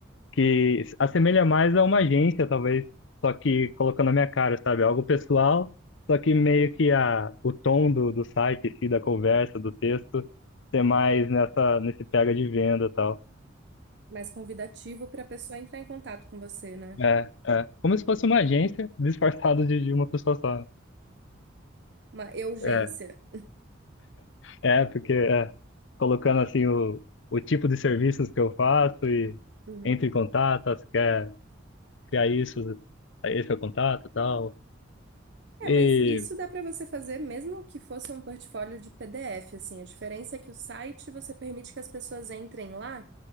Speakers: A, on the left; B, on the right.
A: Que se assemelha mais a uma agência, talvez, só que colocando a minha cara, sabe? Algo pessoal, só que meio que a, o tom do, do site, em si, da conversa, do texto, ser mais nessa, nesse pega de venda e tal.
B: Mais convidativo para a pessoa entrar em contato com você, né?
A: É, é. Como se fosse uma agência disfarçada de, de uma pessoa só.
B: Uma urgência.
A: É, é, porque é, colocando assim o, o tipo de serviços que eu faço e
B: Uhum.
A: entre em contato, se quer criar isso, esse é o contato e tal. E,
B: É, mas isso dá para você fazer mesmo que fosse um portfólio de PDF, assim. A diferença é que o site você permite que as pessoas entrem lá